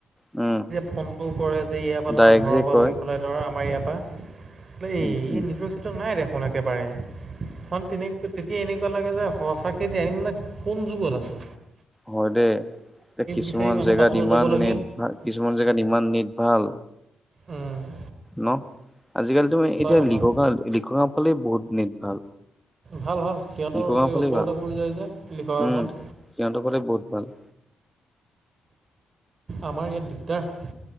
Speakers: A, in the centre; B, on the right.
A: উম।
B: ফোনটোও কৰে যে ইয়াৰ পৰা
A: ডাইৰেক্ট
B: ধৰ ঘৰৰ
A: যে
B: পৰা
A: কয়
B: বহি পেলাই ধৰ আমাৰ ইয়াৰ পৰা এইজ
A: উম,
B: নাই দেখোন একেবাৰে তিনি তেতিয়া এনেকুৱা লাগে যে সঁচাকে দে আইনবিলাক কোন যুগত আছো।
A: হয় দেই, এ কিছুমান
B: বিচাৰি মানুহ
A: জেগাত
B: বাটলৈ
A: ইমান
B: যাব লাগে
A: নেট ভাল কিছুমান জেগাত ইমান নেট ভাল।
B: উম।
A: ন আজিকালিতো ম এতিয়া
B: কথা
A: লিখকা লিখকা ফালে বহুত নেট ভাল।
B: ভাল, ভাল সিহঁতৰ
A: লিখগাঁও
B: এই
A: ফালে
B: ওচৰতে
A: ভাল
B: পৰি যায় যে লিখকা
A: উম।
B: খন।
A: সিহঁতৰ ফালে বহুত ভাল।
B: আমাৰ ইয়াত দিগদাৰ।